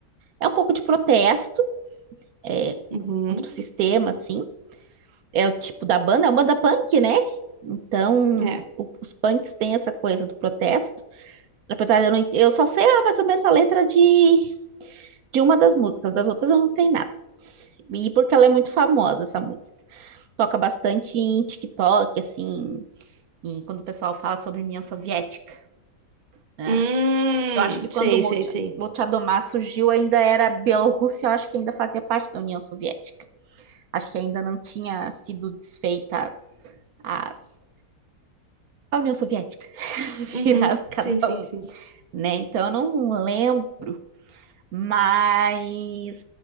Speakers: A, on the right; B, on the right.
A: é um pouco de protesto, é,
B: uhum,
A: contra o sistema, assim. É o tipo da banda, é uma banda punk, né? Então,
B: é.
A: o- os punks têm essa coisa do protesto. Apesar de eu não, en- eu só sei ah, mais ou menos a letra de, de uma das músicas, das outras eu não sei nada. E porque ela é muito famosa, essa música. Toca bastante em TikTok, assim, em- quando o pessoal fala sobre União Soviética, né?
B: Hum,
A: Eu acho que quando
B: sei,
A: o Molcha-
B: sei, sei.
A: Molchadomá surgiu, ainda era Bielorrússia, eu acho que ainda fazia parte da União Soviética. Acho que ainda não tinha sido desfeita as, as- a União Soviética, <laughs>
B: Uhum,
A: virado cada
B: sim, sim,
A: um,
B: sim.
A: né? Então eu não lembro Mas